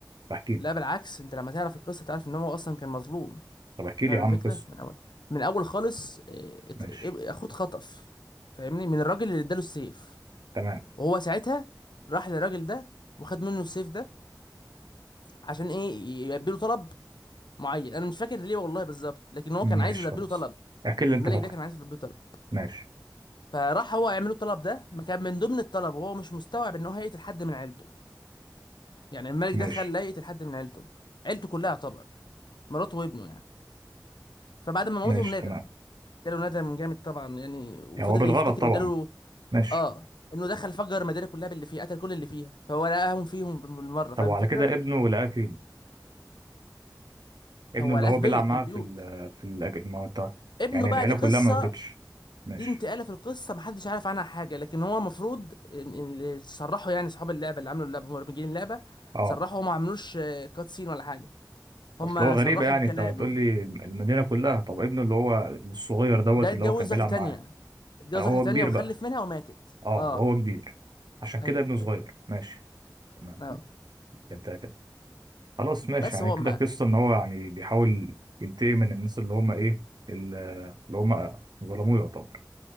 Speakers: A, on the right; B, on the left.
A: بحكي له
B: لا بالعكس انت لما تعرف القصه تعرف ان هو اصلا كان مظلوم
A: طب احكي لي
B: فاهم
A: يا عم
B: الفكره
A: قصه
B: من اول من اول خالص اه، ات-
A: ماشي
B: اب- اخوه اتخطف فاهمني من الراجل اللي اداله السيف
A: تمام
B: وهو ساعتها راح للراجل ده وخد منه السيف ده عشان ايه يلبي له طلب معين انا مش فاكر ليه والله بالظبط لكن هو
A: ماشي
B: كان عايز يلبي
A: خلاص
B: له طلب
A: احكي اللي
B: الملك
A: انت فاكره
B: ده كان عايز يلبي له طلب
A: ماشي
B: فراح هو يعمل له الطلب ده ما كان من ضمن الطلب وهو مش مستوعب ان هو هيقتل حد من عيلته يعني الملك
A: ماشي
B: ده خلاه يقتل حد من عيلته عيلته كلها يعتبر مراته وابنه يعني فبعد ما موتهم
A: ماشي
B: ندم
A: تمام
B: جاله ندم جامد طبعا يعني وفضل
A: يعني هو بالغلط
B: يفتكر
A: طبعا
B: وجاله
A: ماشي
B: اه انه دخل فجر المدينه كلها باللي فيها قتل كل اللي فيها فهو لقاهم فيهم بالمره
A: طب
B: فاهم
A: وعلى
B: الفكره
A: كده ابنه لقاه فين ابنه
B: هو
A: اللي
B: لقاه
A: هو
B: في
A: بيلعب
B: بيت
A: معاه
B: من البيوت
A: في ال في الأج- ما هو انت
B: ابنه
A: يعني
B: بقى
A: العيلة
B: دي قصه
A: كلها ما ماتتش ماشي
B: دي انتقاله في القصه محدش عارف عنها حاجه لكن هو المفروض إن- إن اللي صرحوا يعني اصحاب اللعبه اللي عملوا اللعبه مبرمجين اللعبه
A: اه
B: صرحوا هم ما عملوش آه، كات سين ولا حاجه هم
A: اصل هو
B: صرحوا
A: غريبة يعني
B: بكلام
A: انت هتقول لي المدينة كلها طب ابنه اللي هو الصغير دوت
B: ده
A: اللي
B: اتجوز
A: هو كان بيلعب
B: واحده تانية
A: معاه
B: اتجوز
A: هل هو
B: واحده تانية
A: كبير
B: وخلف
A: بقى
B: منها وماتت
A: اه
B: اه
A: وهو كبير عشان كده
B: ايوه
A: ابنه صغير
B: أيوة.
A: ماشي تمام
B: اه
A: فهمتها كده خلاص ماشي
B: بس
A: يعني
B: هو
A: كده
B: ما
A: قصة ان هو يعني بيحاول ينتقم من الناس اللي هم ايه ال- اللي هم ظلموه يعتبر